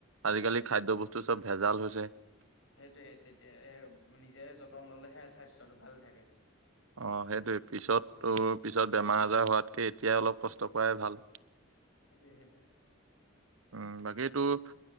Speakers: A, on the right (about 80°); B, on the left (about 65°).
A: আজিকালি খাদ্য বস্তু চব ভেজাল হৈছে
B: সেইটোয়ে তেতিয়া এ নিজে যতন ললেহে স্বাস্থ্যটো ভালে থাকে
A: অ সেইটোয়ে পিছত তোৰ পিছত বেমাৰ আজাৰ হোৱাতকে এতিয়াই অলপ কষ্ট কৰাই ভাল <inaudible>
B: সেইটোৱে সেইটোৱে
A: উম বাকীতোৰ